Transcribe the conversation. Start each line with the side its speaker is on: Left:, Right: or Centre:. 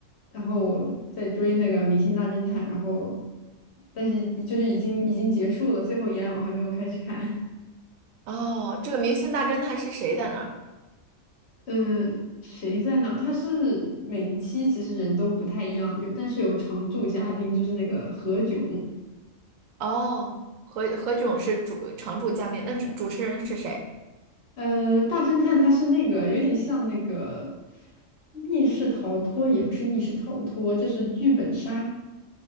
Left: 然后我在追那个《明星大侦探》，然后但是就是已经已经结束了，最后一案我还没有开始看。
Right: 哦，这个《明星大侦探》是谁在那儿？
Left: <laughs> 嗯，谁在哪儿他是每一期其实人都不太一样，有但是有常驻嘉宾，就是那个何炅。
Right: 哦，何何炅是主常驻嘉宾，那主主持人是谁？
Left: 呃，大侦探他是那个有点像那个密室逃脱，也不是密室逃脱，就是剧本杀